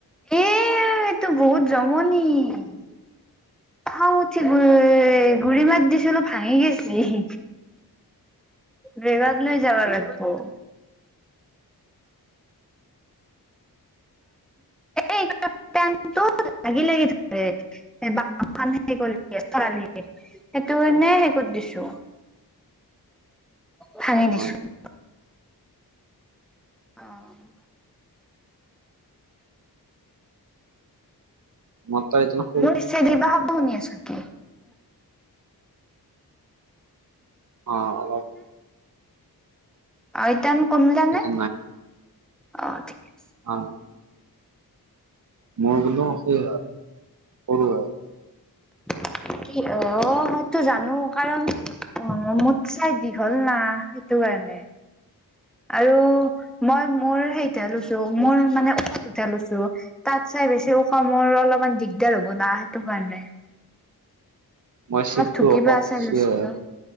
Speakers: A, in the centre; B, on the right.
A: এ এইটো বহুত জমনি। <unintelligible> খং উঠি গ <unintelligible> গুৰি মাত দিছিল ভাঙি গৈছিলি <inaudible> বিভাগ লৈ যাব লাগিব <inaudible> এই <inaudible> লাগি-লাগি ধৰে। <inaudible> অশান্তি কৰি <unintelligible> সেইটো কাৰণে হেৰি কৰি দিছোঁ। ভাঙি দিছোঁ।
B: হয়
A: <inaudible> অঁ! <unintelligible>
B: মত <inaudible> ন <unintelligible>
A: মৰিছে দিবা হব নি আচক <inaudible>
B: অঁ! অলপ <unintelligible>
A: আৰু এতিয়া মোৰ কমিলানে
B: এইটো
A: <inaudible> অ! আছে
B: অঁ! <unintelligible> মই বোলো সেই এ সৰু হয়। <inaudible>
A: <inaudible> কি অ সেইটো জানো কাৰণ অ মোতচে দীঘল না সেইটো কাৰণে। <inaudible> আৰু মই মোৰ হেৰিতে লৈছো মোৰ মানে <inaudible> লৈছো। তাত চাই বেছি ওখ মোৰ অলপমান দিগদাৰ হ'ব না সেইটো কাৰণে।
B: মই চিটটো
A: অলপ ঢুকি
B: ওখ
A: পা
B: কৰিছোৱে
A: চাই লৈছিলো
B: হয়